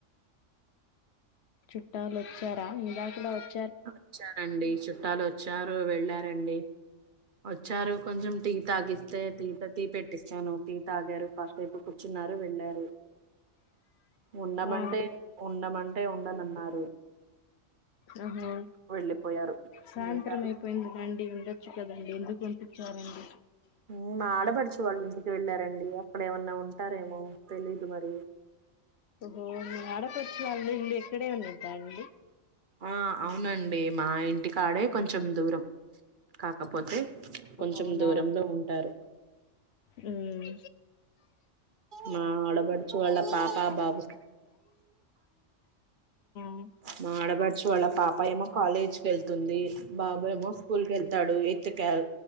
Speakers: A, on the left; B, on the right.
A: చుట్టాలు వచ్చార ఇంద <unintelligible>
B: వచ్చారండి చుట్టాలు వచ్చారు వెళ్ళారండి వ చ్చారు కొంచెం టీ తాగిస్తే త తీట టీ పెట్టిస్తాను టి తాగారు కాసేపు కూర్చున్నారు వెళ్ళారు ఉండమంటే
A: ఆ
B: ఉండమంటే ఉండనన్నారు
A: ఓహో
B: వెళ్ళిపోయారు
A: సాయంత్రం
B: ఉంటారు
A: అయిపోయింది మండి ఉండొచ్చు కదా అండి ఎందుకు పంపించారండి
B: ఉమ్ మా ఆడపడుచు వాళ్ళ ఇంటికి వెళ్ళారండి అక్కడ ఏమన్నా ఉంటారేమో తెలీదు మరి
A: ఓహో మీ ఆడపడుచు వాళ్ళ ఇల్లు ఇండి ఇక్కడే ఉండిద్దా అండి
B: ఆ అవునండి మా ఇంటికాడే కొంచెం దూరం కాకపోతే కొంచెం
A: అవునా
B: దూరంలో ఉంటారు
A: మ్మ్
B: మా ఆడపడుచు వాళ్ళ పాప బాబు
A: ఆ
B: మా ఆడబడుచు వాళ్ళ పాప ఏమో కాలేజ్ కి వెళ్తుంది బాబు ఏమో స్కూల్ కి వెళ్తాడు ఎయిత్ కాల్